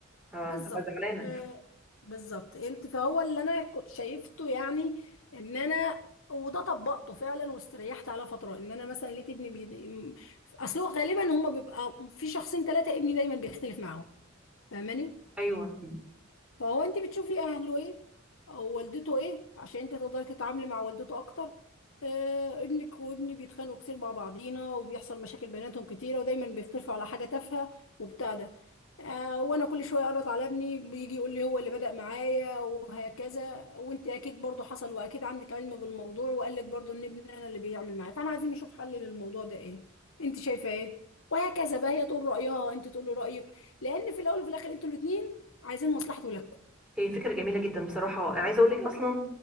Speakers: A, in the centre; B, on the left.
A: آه،
B: بالظبط
A: هبقى زعلانه
B: آه بالظبط انت فهو اللي انا كنت شايفته يعني ان انا وده طبقته فعلا واستريحت على فترة ان انا مثلا لقيت ابني بي... اصل هو غالبا هما بيبقى في شخصين ثلاثة ابني دايما بيختلف معاهم فاهماني
A: ايوه
B: فهو انت بتشوفي اهله ايه او والدته ايه عشان انت تقدري تتعاملي مع والدته اكتر آه ابنك وابني بيتخانقوا كتير مع بعضينا وبيحصل مشاكل بيناتهم كتيره ودايما بيختلفوا على حاجه تافهه وبتاع ده آه وانا كل شويه اقرط على ابني بيجي يقول لي هو اللي بدأ معايا وهكذا وانت اكيد برضو حصل واكيد عندك علم بالموضوع وقال لك برضو ان ابني انا اللي بيعمل معايا فاحنا عايزين نشوف حل للموضوع ده ايه انت شايفه ايه وهكذا بقى هي تقول رأيها انت تقول له رأيك لان في الاول وفي الاخر انتوا الاتنين عايزين مصلحة ولادكم
A: هي فكره جميله جدا بصراحه عايزه اقول لك اصلا